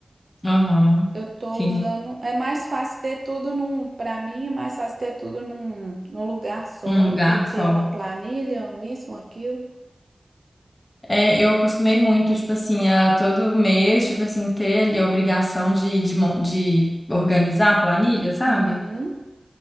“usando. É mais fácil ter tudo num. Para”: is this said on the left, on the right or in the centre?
Right